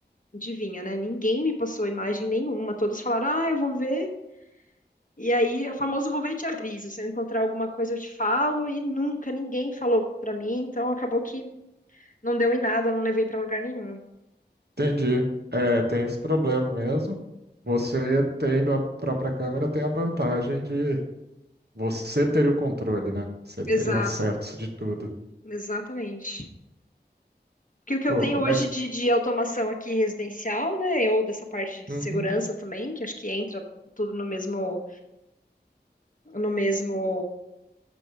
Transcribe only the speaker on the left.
adivinha, né? Ninguém me passou imagem nenhuma. Todos falaram, ah, eu vou ver. E aí, o famoso vou ver e te aviso. Se eu encontrar alguma coisa, eu te falo. E nunca ninguém falou pra mim, então acabou que não deu em nada, não levei pra lugar nenhum.
Exato.
Exatamente. Porque o que
eu tenho
hoje de, de automação aqui residencial, né, ou dessa parte de
segurança também, que acho que entra tudo no mesmo, no mesmo